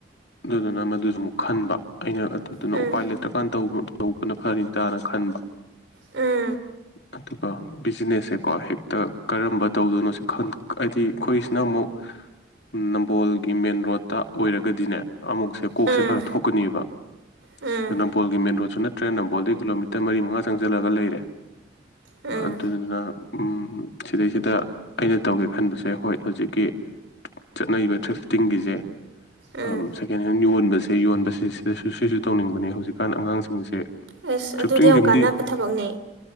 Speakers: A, on the left; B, on the right.
A: ꯑꯗꯨꯗꯨꯅ ꯃꯗꯨ꯫ ꯑꯃꯣꯛ ꯈꯟꯕ ꯑꯩꯅ ꯑꯗꯨꯗꯨꯅ
B: ꯎꯝ
A: ꯎꯄꯥꯏ ꯂꯩꯇ꯭ꯔꯀꯥꯟ ꯇꯧꯕꯅ ꯐꯅꯤꯗꯅ ꯈꯟꯕ
B: ꯉꯟꯅ
A: ꯑꯗꯨꯒ ꯕꯤꯖꯤꯅꯦꯁꯁꯦꯀꯣ ꯍꯦꯛꯇ ꯀꯔꯝꯕ ꯇꯧꯗꯣꯏꯅꯣ ꯁꯤ ꯍꯥꯏꯗꯤ ꯑꯩꯈꯣꯏꯁꯤꯅ ꯑꯃꯨꯛ ꯅꯝꯕꯣꯜꯒꯤ ꯃꯦꯟ ꯔꯣꯠꯇ꯫ ꯑꯣꯏꯔꯒꯗꯤꯅꯦ ꯑꯃꯨꯛꯁꯦ꯫ ꯀꯣꯛꯁꯦ
B: ꯎꯝ
A: ꯈꯔ ꯊꯣꯛꯀꯅꯦꯕ
B: ꯎꯝ
A: ꯑ ꯅꯝꯕꯣꯜꯒꯤ ꯃꯦꯟ ꯔꯣꯗꯁꯨ ꯅꯠꯇ꯭ꯔꯦ ꯅꯝꯕꯣꯜꯗꯒꯤ ꯀꯤꯂꯣꯃꯤꯇꯔ ꯃꯔꯤ ꯃꯉꯥ ꯆꯪꯁꯤꯜꯂꯒ ꯂꯩꯔꯦ
B: ꯎꯝ
A: ꯑꯗꯨꯗꯨꯅ ꯁꯤꯗꯩꯁꯤꯗ ꯑꯩꯅ ꯇꯧꯒꯦ ꯈꯟꯕꯁꯦ ꯍꯣꯏ ꯍꯧꯖꯤꯛꯀꯤ ꯆꯠꯅꯔꯤꯕ ꯊꯔ꯭ꯤꯐꯇꯤꯡꯒꯤꯁꯦ꯫ ꯑ
B: ꯎꯝ
A: ꯁꯦꯀꯍꯦꯟꯒꯤ ꯫ ꯐꯤ ꯌꯣꯟꯕꯁꯤ ꯁꯤꯗꯁꯨ ꯁꯤꯁꯨ ꯇꯧꯅꯤꯡꯕꯅꯦ ꯍꯧꯖꯤꯛꯀꯥꯟ ꯑꯉꯥꯡꯁꯤꯡꯁꯦ
B: ꯑꯁ
A: ꯊꯔ꯭ꯤꯐꯇꯤꯡ
B: ꯑꯗꯨꯗꯤ ꯌꯥꯝ
A: ꯁꯤꯝꯗꯤ
B: ꯀꯥꯟꯅꯕ ꯊꯕꯛꯅꯦ